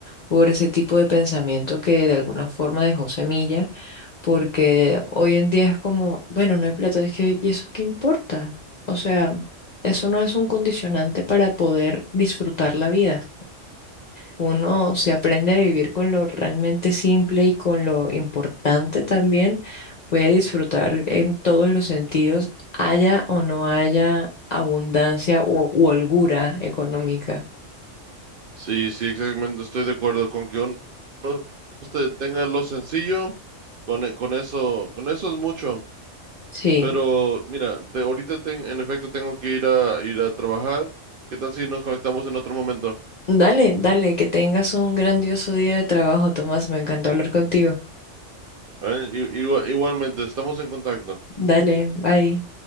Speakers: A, on the left; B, on the right.
A: por ese tipo de pensamiento que de alguna forma dejó semilla, porque hoy en día es como, bueno, no hay plata, es que, ¿y eso qué importa? O sea, eso no es un condicionante para poder disfrutar la vida. Uno se aprende a vivir con lo realmente simple y con lo importante también, puede disfrutar en todos los sentidos, haya o no haya abundancia o, u holgura económica.
B: Sí, sí, exactamente. Estoy de acuerdo con que uno usted tenga lo sencillo, con, e- con eso, con eso es mucho.
A: Sí.
B: Pero mira, te- ahorita ten- en efecto tengo que ir a ir a trabajar. ¿Qué tal si nos conectamos en otro momento?
A: Dale, dale, que tengas un grandioso día de trabajo, Tomás. Me encantó hablar contigo.
B: ¿Eh? I- igua- Igualmente, estamos en contacto.
A: Dale, bye.